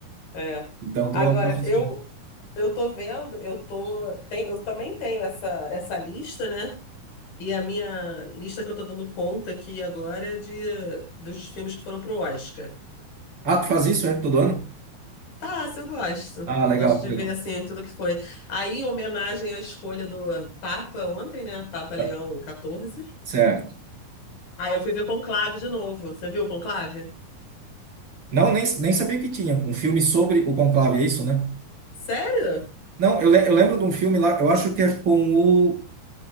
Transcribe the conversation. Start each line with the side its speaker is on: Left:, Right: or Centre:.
Left: É.
Right: Então, tô,
Left: Agora,
Right: tô assistindo.
Left: eu eu tô vendo, eu tô, tem, eu também tenho essa essa lista, né? E a minha lista que eu tô dando conta aqui agora é de dos filmes que foram pro Oscar.
Right: Ah, tu faz isso, é? Todo ano?
Left: Fácil, eu gosto.
Right: Ah, legal,
Left: Gosto de
Right: legal.
Left: ver assim tudo que foi. Aí, em homenagem à escolha do Papa ontem, né? Papa
Right: Tá,
Left: Leão XIV.
Right: certo.
Left: Aí eu fui ver Conclave de novo. Você viu o Conclave?
Right: Não, nem, nem sabia que tinha. Um filme sobre o conclave, é isso, né?
Left: Sério?
Right: Não, eu, le- eu lembro de um filme lá, eu acho que é com o...